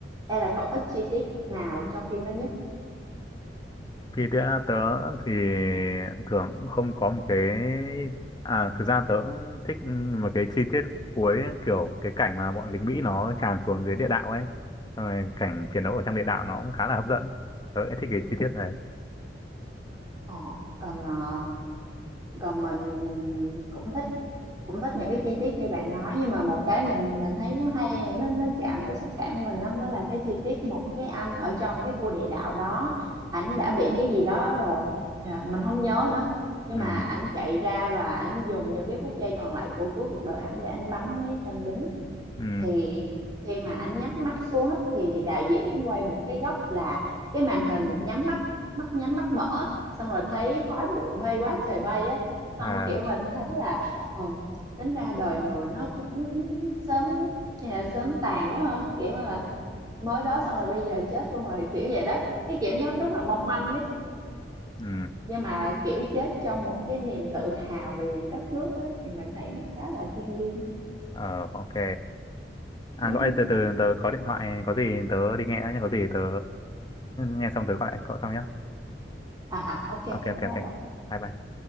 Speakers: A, on the right (about 20°); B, on the left (about 25°).
A: ê là cậu thích chi tiết nào trong phim đó nhất
B: Thì tớ, tớ thì thường cũng không có một cái à thực ra tớ cũng thích một cái chi tiết cuối kiểu cái cảnh mà bọn lính Mỹ nó tràn xuống dưới địa đạo ấy xong rồi cảnh chiến đấu ở trong địa đạo nó cũng khá là hấp dẫn tớ lại thích cái chi tiết này
A: ờ còn ờ, còn mình cũng thích cũng thích những cái chi tiết như bạn nói nhưng mà một cái mình mình thấy nó hay và nó nó chạm tới xúc cảm của mình lắm đó là cái chi tiết một cái anh ở trong cái khu địa đạo đó ảnh đã bị cái gì đó rồi à, mình không nhớ nữa nhưng
B: ừ
A: mà ảnh chạy ra và ảnh dùng những cái phút giây còn lại của cuối cuộc đời ảnh để ảnh bắn mấy tên lính
B: ừ
A: thì khi mà ảnh nhắm mắt xuống á, thì đạo diễn quay một cái góc là cái màn hình nhắm mắt mắt nhắm mắt mở xong rồi thấy khói bụi bay quá trời bay á xong
B: à
A: kiểu mình thấy là ừ, tính ra đời người nó cũng sớm như sớm tàn quá ha kiểu là mới đó xong rồi bây giờ chết luôn rồi kiểu vậy đó cái kiểu nó rất là mong manh đấy
B: ừ
A: nhưng mà kiểu chết trong một cái niềm tự hào về đất nước á, thì mình thấy nó khá là thiêng liêng
B: ờ ok à
A: <laughs>
B: gọi từ từ tớ có điện thoại có gì tớ đi nghe đã nhé có gì tớ nghe xong tớ gọi lại cậu sau nhé
A: à, à ok
B: ok ok
A: bye bye
B: ok
A: cậu
B: bye bye